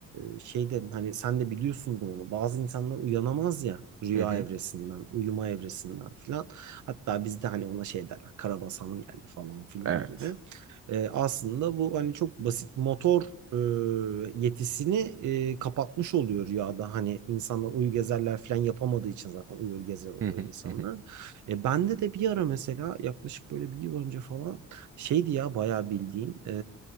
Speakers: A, on the right (about 75°); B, on the right (about 45°).
A: e, şeyde hani sen de biliyorsundur onu. Bazı insanlar uyanamaz ya rüya
B: Hı hı.
A: evresinden, uyuma evresinden filan. Hatta bizde hani ona şey derler. Karabasan'ın geldi falan filan
B: Evet.
A: gibi. E, aslında bu hani çok basit motor e, yetisini e, kapatmış oluyor rüyada. Hani insanlar uyu gezerler filan yapamadığı için zaten uyur gezer oluyor
B: Hı hı,
A: insanlar.
B: hı hı.
A: E, bende de bir ara mesela yaklaşık böyle bir yıl önce falan şeydi ya bayağı bildiğin eee,